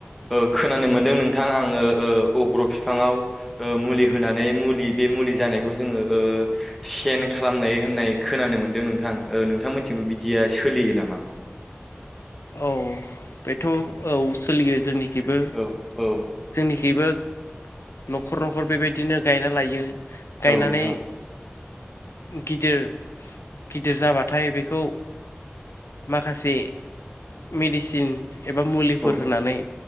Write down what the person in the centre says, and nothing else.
औ। खोनानो मोनदों नोंथां आङो ओ अग्र बिफाङाव मुलि होनानै मुलि बे मुलि जानाय जोङो ओ सेन खालामनायनाय खोन मोनदों नोंथां ओ नोंथांमोन बिदिया सोलियो नामा?
औ औ
औ नोंथां
औ